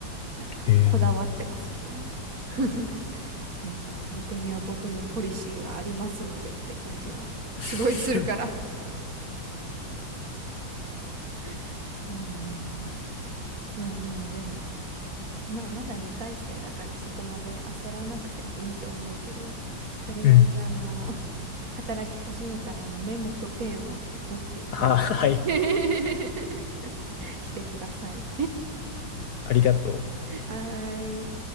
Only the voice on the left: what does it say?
へえ。
<laughs>
うん。
あ、はい。
ありがとう。